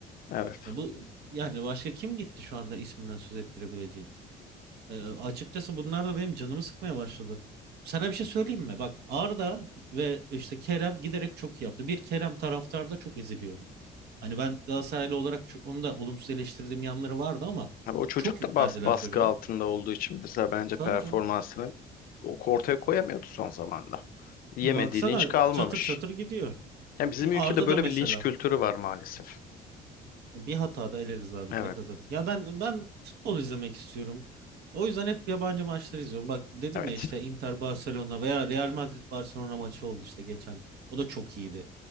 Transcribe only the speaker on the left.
Evet.
Abi o çocuk
da bas, baskı
altında olduğu için mesela bence
performansını
o- ortaya koyamıyordu son zamanda. Yemediği
linç kalmamış.
Yani
bizim
ülkede böyle
bir linç kültürü var maalesef.
Evet,
evet.